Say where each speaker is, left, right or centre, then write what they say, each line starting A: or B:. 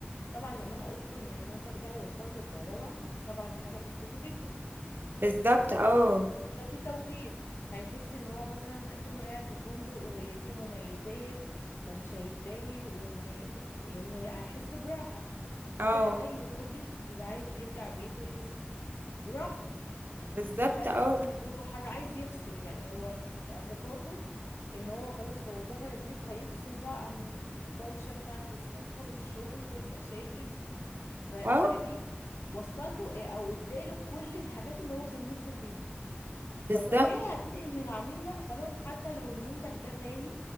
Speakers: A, on the left; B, on the right.
A: طبعا لما انا اقول له ان المنتج ده هيوفر له كهرباء طبعا دي حاجه تبسطه جدا
B: بالظبط اه
A: ده في توفير هيحس ان هو مثلا اكنه قاعد في فندق وفي مميزات ومش هيتضايق وان ان هيحس براحه وده
B: اه
A: اي راجل بيبقى عايز يرجع بيته يحس براحه
B: بالظبط
A: مش عايز
B: اه
A: يحس ان الجو حر عايز يفصل يعني هو اعتقاده ان هو خلاص هو دخل البيت هيفصل بقى عن الدوشه بتاعه الصبح والشغل والمشاكل فكريم
B: اه
A: وصل له إيه او اداله كل الحاجات اللي هو كان نفسه فيها
B: بالظبط
A: فطبيعي هتلاقي ان العميل لا خلاص حتى لو المنتج ده غالي